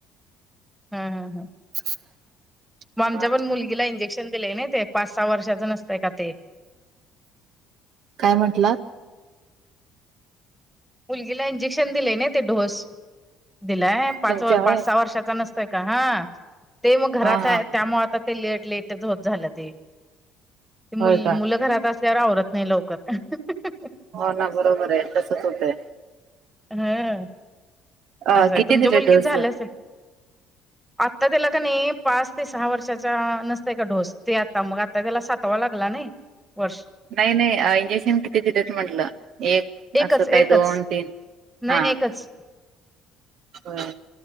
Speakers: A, in the centre; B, on the right.
A: हं हं हं
B: <inaudible>
A: मग आमच्या
B: हा
A: पण मुलगीला इंजेक्शन दिलेय ना ते पाच सहा वर्षाच नसतय का ते
B: काय म्हटलात?
A: मुलगीला इंजेक्शन दिलेय नाही ते डोस दिलाय पाच
B: तुमच्या होय
A: पाच सहा वर्षाचा नस तोय का हा ते मग घरात
B: हा हा
A: आहे त्यामुळे आता ते लेट लेट होत झालं ते
B: होय
A: मूल
B: का
A: मुलं घरात अस त्यावर आवरत नाही लवकर
B: हो ना बरोबर आहे तसंच होतयं
A: हा
B: अ
A: असं आहे
B: किती
A: तुमच्या
B: दिले
A: मुलगीच
B: डोसवर
A: झालं असेल. आत्ता त्याला का नाही पाच ते सहा वर्षाचा नसतयं का ढोस ते आता मग आता त्याला सातवा लागला नाही. वर्ष
B: नाही नाही इंजेक्शन किती देत्यात म्हटलं एक
A: एकच
B: असं काय
A: एकच
B: दोन तीन
A: नाही
B: हा
A: एकच
B: होय